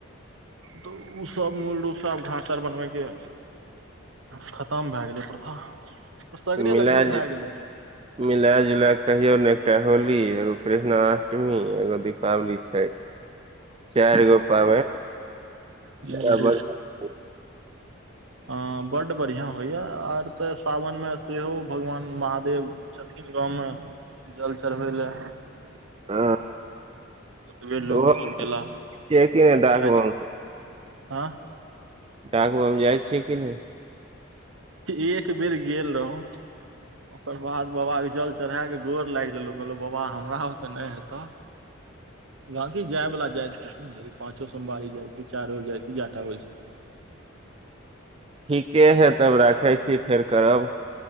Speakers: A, on the right (about 70°); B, on the right (about 25°).
A: तऽ उ सब मूल रूपसँ आब घास आर बनबैके खतम भै गैलै प्रथा सगरे
B: मिला
A: लगभग भै गेलै
B: मिला जुला क कहियौ ने एकटा होली एगो कृहणाष्टमी एगो दीपावली छै चैर गो पाबै
A: मूल
B: बराबर <inaudible>
A: ह बड बढ़ियां होइया आर तऽ सावन मे सेहो भगवान महादेव छथिन गाँवमे जल चढ़बै लए
B: हँ
A: अबेर लोक
B: ओहो
A: सब गेला
B: छियै कि नहि डाक
A: जाइ
B: बम
A: छै हँ
B: डाकबम जाइ छियै कि नहि
A: एक बेर गेल रहू ओकर बाद बबा के जल चढ़ा क गोर लागि लेलहु कहलहु बबा हमरा भुते नहि हेत
B: <inaudible> <inaudible>
A: बंकी जाय वाला जाय छथिन ढेरी पांचो सोमवारी जाय छै चारो जाय छै जएटा होइ छै
B: ठीके है तब राखै छी फेर करब